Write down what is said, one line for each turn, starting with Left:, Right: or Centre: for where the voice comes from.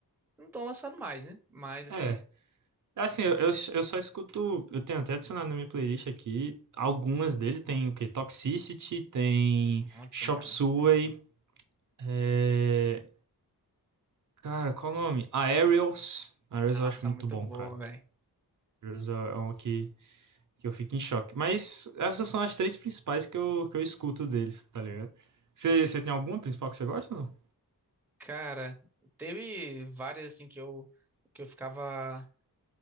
Centre: não estão lançando mais, né? Mas assim,
Right: É. É Assim, eu, eu eu só escuto. Eu tenho até adicionado na minha playlist aqui. Algumas dele tem o quê? Toxicity, tem
Centre: muito
Right: Chop
Centre: braba.
Right: Suey. É... Cara, qual o nome? Aerials. Aerials
Centre: Nossa,
Right: eu acho muito
Centre: muito
Right: bom,
Centre: boa,
Right: cara.
Centre: velho.
Right: Aerials é é um que, que eu fico em choque. Mas essas são as três principais que eu, que eu escuto deles, tá ligado? Você, você tem alguma principal que você gosta ou não?
Centre: Cara, teve várias assim que eu que eu ficava